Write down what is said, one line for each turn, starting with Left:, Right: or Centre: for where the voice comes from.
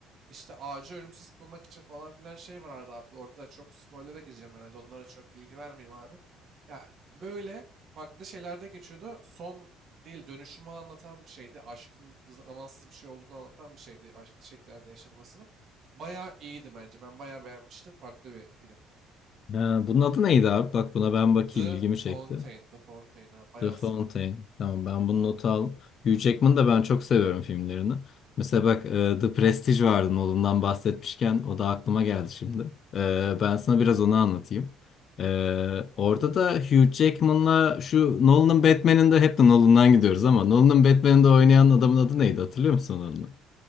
Right: işte ağacı ölümsüz kılmak için falan filan şey vardı abi. Orada da çok spoiler'a gireceğim herhalde. Onlara çok bilgi vermeyeyim abi. Ya böyle farklı şeylerde geçiyordu. Son değil dönüşümü anlatan bir şeydi. Aşkın zamansız bir şey olduğunu anlatan bir şeydi. Aşklı şekillerde yaşanmasını. Bayağı iyiydi bence. Ben bayağı beğenmiştim. Farklı bir filmdi.
Left: Ha, bunun adı neydi abi? Bak buna ben bakayım
Right: The
Left: ilgimi çekti.
Right: Fountain. The Fountain ha. Bayağı
Left: The Fountain.
Right: sağlam.
Left: Tamam ben bunu nota al. Hugh Jackman'ı da ben çok seviyorum filmlerini. Mesela bak e, The Prestige vardı Nolan'dan bahsetmişken o da aklıma geldi şimdi. E, ben sana biraz onu anlatayım. E, orada da Hugh Jackman'la şu Nolan'ın Batman'inde hep de Nolan'dan gidiyoruz ama Nolan'ın Batman'inde oynayan adamın adı neydi hatırlıyor musun onu?